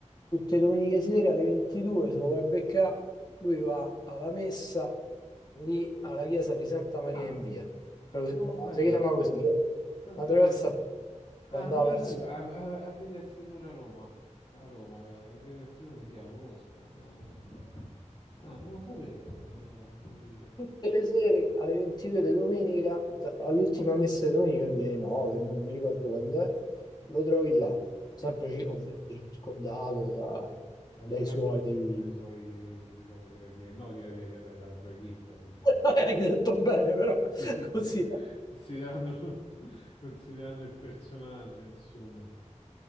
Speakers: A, on the left; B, on the left.
A: tutte le domeniche sere alle 22, se lo vuoi beccare, lui va alla messa lì alla chiesa di Santa Maria
B: Ah no.
A: in Via proprio
B: Non
A: si chiama
B: lo sapevo.
A: si chiama così, che è
B: Santa
A: una terrazza
B: Maria-
A: che
B: Ah,
A: andava
B: non
A: verso
B: lo sapevo. A, a, a Via del Stridone a Roma. A Roma, eh, a Via del Stridone, sì, la conosco. Eh, Ah, non lo sapevo che andava là, ve lo dico.
A: tutte
B: <laughs>
A: le sere alle 22 di domenica, da- all'ultima messa di domenica, quindi alle 9, mo non mi ricordo quando è, lo trovi là, sempre
B: Mm, mm,
A: ci- ovviamente
B: mm.
A: circondato da-
B: La
A: dai
B: gente,
A: suoi...
B: sì, dai suoi, diciamo, tirapiedi, no, tirapiedi, vabbè, dalla sua equip, diciamo.
A: <laughs> Hai detto bene però,
B: <laughs>
A: <laughs> così.
B: Considerando, considerando il personaggio, insomma.